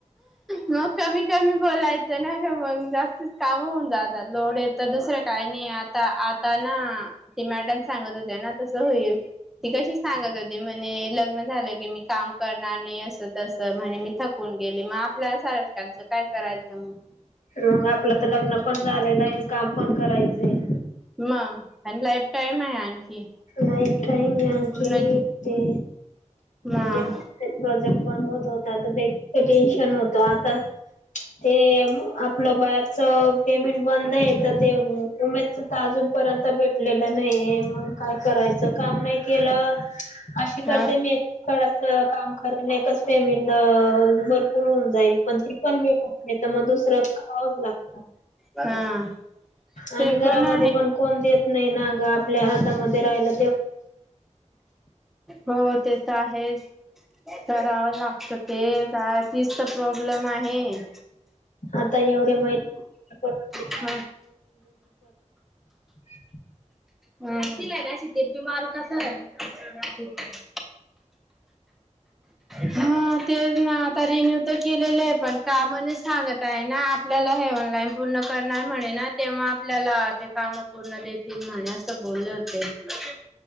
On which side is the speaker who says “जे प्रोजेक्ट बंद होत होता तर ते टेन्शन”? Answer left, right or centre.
Left